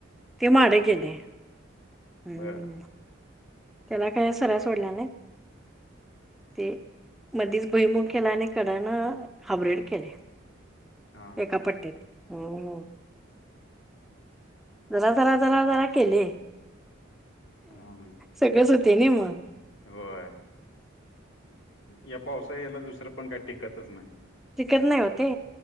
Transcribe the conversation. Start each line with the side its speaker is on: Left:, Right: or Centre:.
Centre: ते माडे केले. हम्म
Left: बरं
Centre: त्याला काही सऱ्या सोडल्या नाही ते मधीच भुईमूग केला आणि कडन हबरेड केलाय.
Left: हां,
Centre: एका पट्ट्यात हो हो जरा जरा जरा जरा केले.
Left: हां,
Centre: सगळेच होते नी मग.
Left: होय. या पावसाला याला दुसरं पण काय टिकतच नाही.
Centre: टिकत
Left: ह्याला.
Centre: नाहीओ ते,